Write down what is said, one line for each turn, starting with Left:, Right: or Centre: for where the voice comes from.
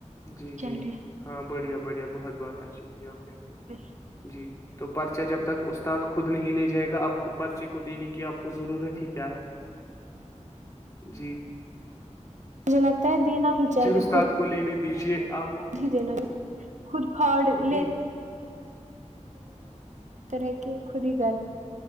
Left: جی جی
Right: چلیے
Left: ہاں بڑھیا بڑھیا بہت بات اچھی کی آپ نے
Right: ا
Left: ج تو پرچا جب تک استاد خود نہیں لے جائے گا اب تو پرچے کو دینے کی آپ کو ضرورت ہی کیا ہے جی
Right: مجھے لگتا ہے دینا ہی چاہیے
Left: جی استاد
Right: خود
Left: کو لینے دیجیے آپ
Right: ہی دینا یہ خود پھاڑ
Left: خود
Right: لے
Left: ہی
Right: ہے کہ خود ہی